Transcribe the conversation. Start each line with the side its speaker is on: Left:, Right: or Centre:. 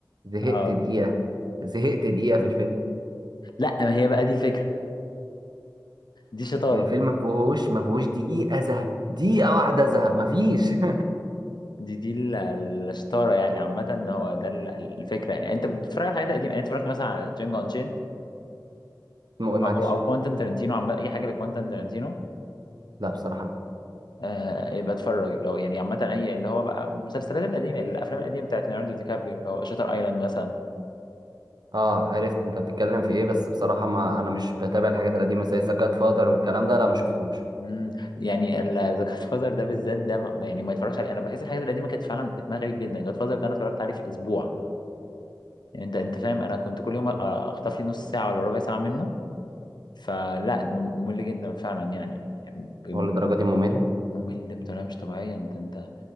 Right: زهقت
Left: اه
Right: دقيقة زهقت دقيقة في الفيلم
Left: لا ما هي بقى دي الفكره دي شطاره
Right: الفيلم ما فيهوش ما فيهوش دقيقة زهق دقيقة واحدة زهق ما فيش <laughs>
Left: دي دي ال- الشطاره يعني عامه هو ده ال- الفكره يعني انت بتتفرج على حاجات قديمه يعني أنت اتفرجت مثلا على جينجو انشيند
Right: اسمه ايه معلش
Left: او او كوانتن ترنتينو عامه اي حاجه لكوانتن ترنتينو
Right: لا بصراحة لا
Left: آه يبقى اتفرج اللي هو يعني عامة أي اللي هو بقى المسلسلات القديمة الأفلام القديمة بتاعت ليوناردو دي كابريو اللي هو شاتر أيلاند مثلا
Right: اه عرفت انت بتتكلم في ايه بس بصراحة ما انا مش بتابع الحاجات القديمة زي ذا جاد فادر والكلام ده لا ما شفتوش
Left: مم. يعني ذا جاد فازر ده بالذات ده ما- يعني ما يتفرجش عليه أنا بحس الحاجات القديمة كانت فعلا رتمها غريب جدا جاد فازر ده أنا اتفرجت عليه في أسبوع يعني أنت أنت فاهم أنا كنت كل يوم أ- أخطف لي نص ساعة ولا ربع ساعة منه فلا مم- ممل جدا فعلا يعني يعني ب-
Right: هو للدرجة دي ممل
Left: ممل بطريقة مش طبيعية أنت أنت